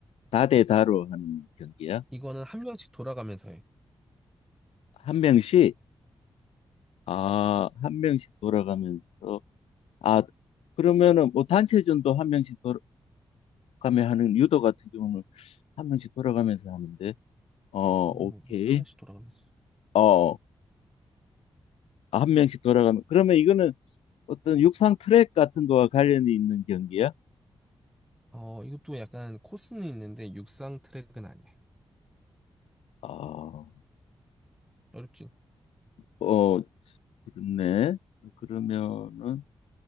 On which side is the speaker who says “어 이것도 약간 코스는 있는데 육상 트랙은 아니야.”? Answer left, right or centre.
Centre